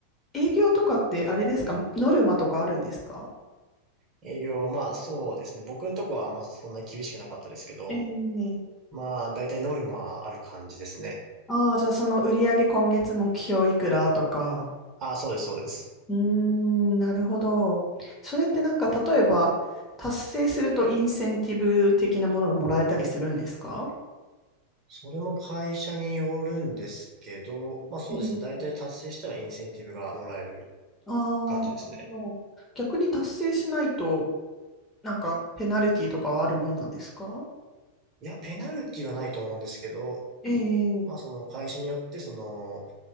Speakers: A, on the left (about 15°); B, on the right (about 30°).
A: 営業とかってあれですか、ノルマとかあるんですか
B: 営業、まあそうですね。僕のとこはあんまそんなに厳しくなかったですけど、
A: えー
B: まあ大体ノルマある感じですね。
A: ああ、じゃあその売上今月目標いくらとか。
B: ああ、そうです、そうです。
A: うーん、なるほど。それってなんか例えば達成するとインセンティブ的なものがもらえたりするんですか
B: それも会社によるんですけど、まあそうですね。
A: うん
B: 大体達成したらインセンティブがもらえる
A: ああなるほど。
B: 感じですね。
A: 逆に達成しないとなんかペナルティとかはあるもんなんですか
B: いや、ペナルティはないと思うんですけど、
A: ええ
B: まあその会社によってその、